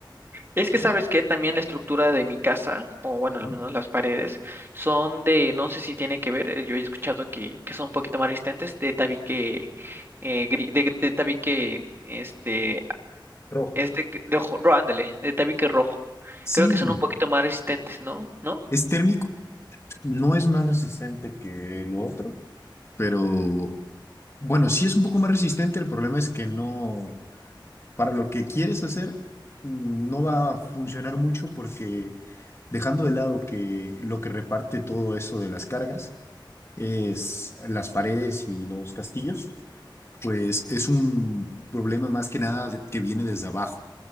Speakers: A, on the right (about 30°); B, on the left (about 30°).
A: Es
B: ¿sabes?
A: que sabes que también la estructura de mi casa, o bueno, al
B: Ujú.
A: menos las paredes, son de, no sé si tiene que ver, eh, yo he escuchado que, que son un poquito más resistentes, de tabique, eh, gri- de, de tabique, este,
B: Rojo.
A: Es de, de ojo, ro- ándale, de tabique rojo.
B: Sí,
A: Creo que son
B: no.
A: un poquito más resistentes, ¿no? ¿No?
B: Es térmico, no es más resistente que lo otro, pero bueno, sí es un poco más resistente. El problema es que no, para lo que quieres hacer, mm, no va a funcionar mucho porque dejando de lado que lo que reparte todo eso de las cargas es las paredes y los castillos, pues es un problema más que nada de- que viene desde abajo.